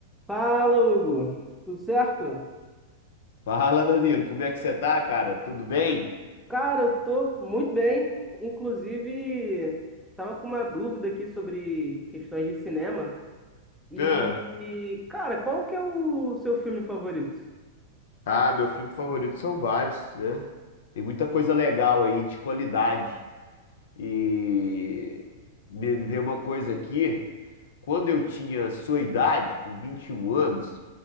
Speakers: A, in the centre; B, on the left.
A: Fala, Hugo. Tudo certo?
B: Fala, Danilo, como é que você tá, cara? Tudo bem?
A: Cara, eu tô muito bem. Inclusive, tava com uma dúvida aqui sobre questões de cinema. E,
B: Ah,
A: cara, qual que é o seu filme favorito?
B: ah, meu filme favorito são vários, né? Tem muita coisa legal aí de qualidade. E me me veio uma coisa aqui, quando eu tinha sua idade, com 21 anos,